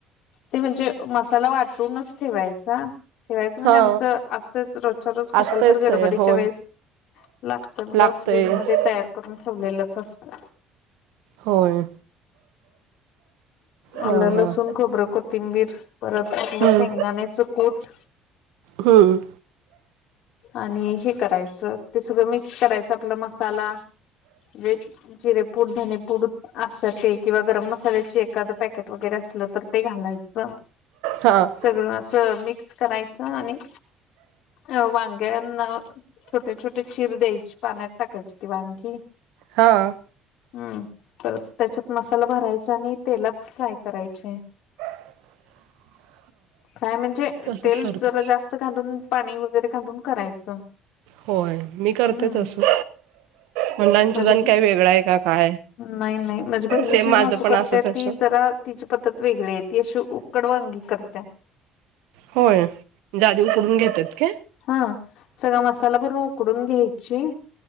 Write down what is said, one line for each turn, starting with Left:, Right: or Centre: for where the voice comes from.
Left: ते म्हणजे मसाला वाटूनच ठेवायचा. ठेवायचं म्हणजे
Right: हा
Left: आमचं असंच रोजच्या रोज कशाल
Right: असतयच
Left: तर गडबडीच्या
Right: ते होय
Left: वेळेस लागत म्हणल्यावर
Right: लागतयच
Left: फ्रीजमध्ये तयार करून ठेवलेलंच असत.
Right: होय. हा
Left: आलं,
Right: हा
Left: लसूण, खोबरं, कोथिंबीर परत आपलं
Right: हम्म
Left: शेंगदाण्याचं कूट
Right: हम्म.
Left: आणि हे करायचं ते सगळं मिक्स करायचं आपलं मसाला म्हणजे जिरेपूड धनेपूड असत ते किंवा गरम मसाल्याचे एखादं पॅकेट वगैरे असलं तर ते घालायचं.
Right: हा
Left: सगळं असं मिक्स करायचं आणि अ वा देन छोटे छोटे चिर द्यायची पाण्यात टाकायची ती वांगी.
Right: हां.
Left: हम्म तर त्याच्यात मसाला भरायचा आणि तेलात फ्राय करायचे.
Right: <unintelligible>
Left: काय म्हणजे
Right: तसंच
Left: तेल
Right: करते.
Left: जरा जास्त घालून पाणी वगैरे घालून करायचं
Right: होय मी करते
Left: हम्म
Right: तसं म्हणलं आणि
Left: माझे
Right: तुझं आणि काय वेगळां आहे का काय?
Left: नाही नाही माझ्या बहिणीची
Right: सेम माझं
Left: सासू
Right: पण
Left: करत्यात
Right: असंच आहे सोड
Left: ती जरा तिची पद्धत वेगळी आहे ती अशी उकड वांगी करत्या.
Right: होय. म्हणजे आधी उकडून घेत्यात काय?
Left: हां सगळा मसाला भरून उकडून घ्यायची